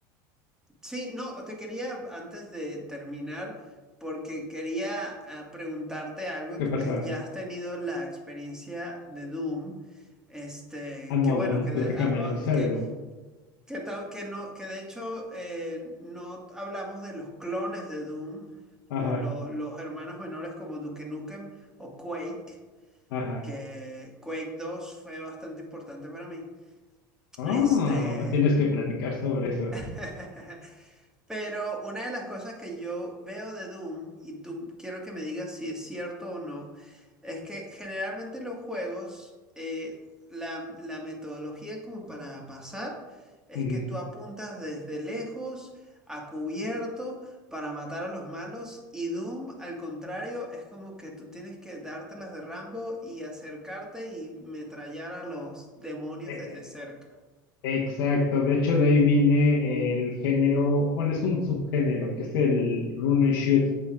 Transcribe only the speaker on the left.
¿qué
pasa?
Amo
Doom,
platícame
lo que sea
de Doom.
Ajá,
ajá.
Ah,
me tienes que platicar sobre eso.
Ujú.
Eh,
exacto, de hecho, de ahí viene el género, bueno, es un subgénero que es el run and shoot.